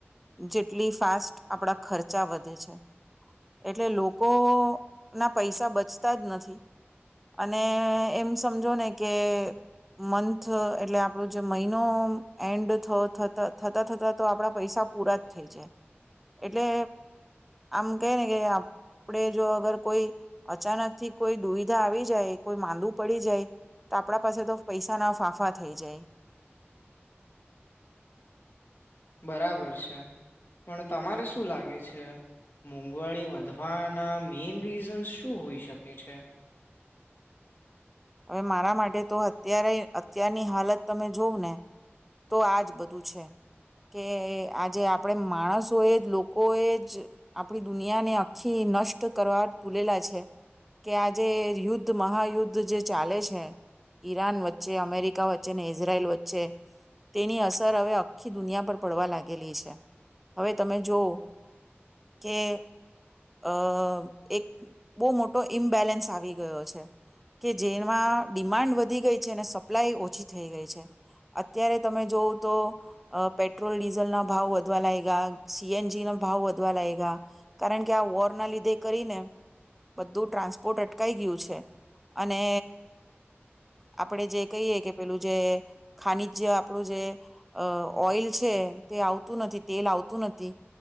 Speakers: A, in the centre; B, on the left.
A: જેટલી ફાસ્ટ આપણા ખર્ચા વધે છે. એટલે લોકો ના પૈસા બચતા જ નથી. અને એમ સમજો ને કે મંથ એટલે આપણો જે મહિનો એન્ડ થતા થતા તો આપડા પૈસા પૂરા જ થઈ જાય. એટલે આમ કે ને કે આપણે જો અગર કોઈ અચાનક થી કોઈ દુવિધા આવી જાય કોઈ માંદુ પડી જાય તો આપણા પાસે તો પૈસા ના ફાંફા થઈ જાય.
B: બરાબર છે. પણ તમારે શું લાગે છે, મોંઘવારી વધવાના મેઈન રીઝન્સ શું હોઈ શકે છે?
A: હવે મારા માટે તો અત્યારે અત્યારની હાલત તમે જોવં ને તો આજ બધું છે કે આજે આપણે માણસોએ જ લોકો એ જ આપડી દુનિયાને આખી નષ્ટ કરવા તુલેલા છે કે આજે યુદ્ધ મહાયુદ્ધ જે ચાલે છે. ઈરાન વચ્ચે, અમેરિકા વચ્ચે, ઈઝરાયલ વચ્ચે તેની અસર હવે આખી દુનિયા પર પડવા લાગેલી છે. હવે તમે જોવ કે અ એક બહુ મોટો ઈમ્બેલેન્સ આવી ગયો છે. કે જેમાં ડિમાન્ડ વધી ગઈ છે અને સપ્લાય ઓછી થઈ ગઈ છે. અત્યારે તમે જોવો તો અ પેટ્રોલ ડીઝલ ના ભાવ વધવા લાયગા, સી એન જી ના ભાવ વધવા લાયગા કારણ કે આ વોર ના લીધે કરીને બધું ટ્રાન્સપોર્ટ અટકાય ગયું છે. અને આપડે જે કહીએ કે પેલું જે ખનિજય આપણું જે ઓઈલ છે તે આવતું નથી, તેલ આવતું નથી